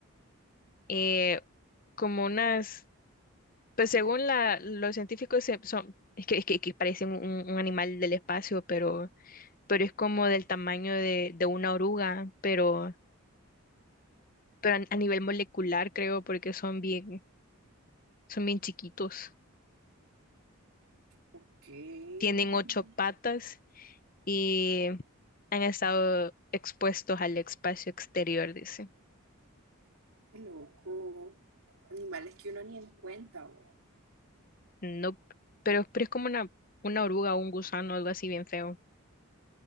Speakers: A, on the left; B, on the right.
A: eh, como unas, pues según la, los científicos se- son, es que, es que, que parecen un, un animal del espacio, pero, pero es como del tamaño de, de una oruga, pero, pero a, a nivel molecular creo, porque son bien, son bien chiquitos.
B: Ok. Qué
A: Tienen ocho patas y han estado expuestos al espacio exterior, dice.
B: loco. Animales que uno ni en cuenta, vos.
A: No, pero, pero es como una, una oruga o un gusano, algo así bien feo.